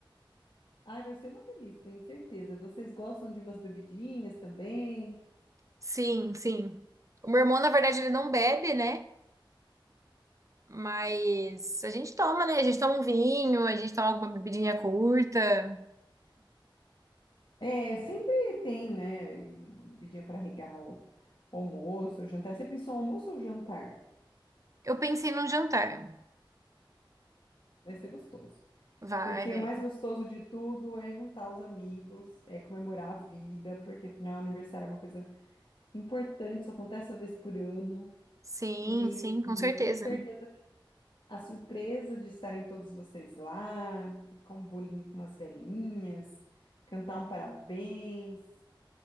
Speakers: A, on the left (about 65°); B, on the right (about 40°).
A: Ai, vai ser uma delícia, tenho certeza. Vocês gostam de umas bebidinhas também?
B: Sim, sim. O meu irmão, na verdade, ele não bebe, né? Mas a gente toma, né? A gente toma um vinho, a gente toma alguma bebidinha curta.
A: É, sempre tem, né, uma bebidinha para regar o almoço, o jantar. Você pensou almoço ou jantar?
B: Eu pensei num jantar.
A: Vai ser gostoso.
B: Vai,
A: Porque
B: vai.
A: o mais gostoso de tudo é juntar os amigos, é comemorar a vida, porque afinal aniversário é uma coisa importante, só acontece uma vez por ano.
B: Sim,
A: E,
B: sim, com certeza.
A: e tenho certeza A surpresa de estarem todos vocês lá, colocar um bolinho com umas velhinhas, cantar um parabéns,